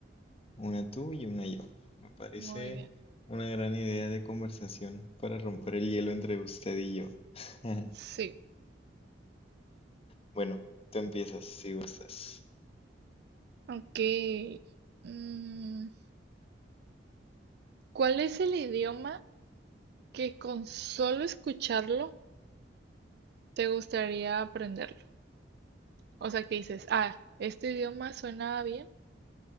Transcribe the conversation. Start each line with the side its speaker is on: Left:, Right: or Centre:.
Left: Una tú y una yo. Me parece
Right: muy bien.
Left: una gran idea de conversación para romper el hielo entre usted y yo. <laughs>
Right: Sí,
Left: Bueno, tú empiezas si gustas.
Right: ok. Mm, ¿cuál es el idioma que con solo escucharlo te gustaría aprenderlo? O sea, que dices, ah, este idioma suena bien,